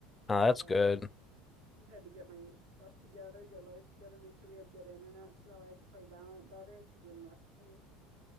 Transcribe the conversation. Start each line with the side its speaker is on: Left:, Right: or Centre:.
Left: uh, that's
Right: I got
Left: good.
Right: it. Just had to get my stuff together, get life together, make sure we had good internet so that way I could play Valorant better, cause then less ping.